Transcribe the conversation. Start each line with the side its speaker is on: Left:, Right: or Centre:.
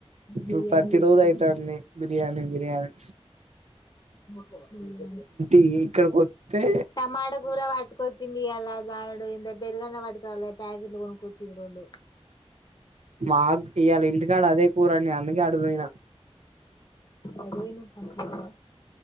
Left: బిర్యానీ
Right: ను ప్రతి
Left: తెచ్చిర్రు
Right: రోజు అయితంది బిర్యానీ బిర్యానీ
Left: బిర్యానీ
Right: ఇ ఇక్కడికొత్తె
Left: టమాటా కూర పట్టుకొచ్చిందియలా గారడేందే పెరుగన్న పట్టుకరాలే ప్యాకెట్లు కొనుక్కొచ్చిండ్ రోండు
Right: మాక్ ఇయళ ఇంటికాడ అదే కూరండిన అందుకే అటుపోయినా
Left: ఎటువోయినవ్ ఫంక్షన్కా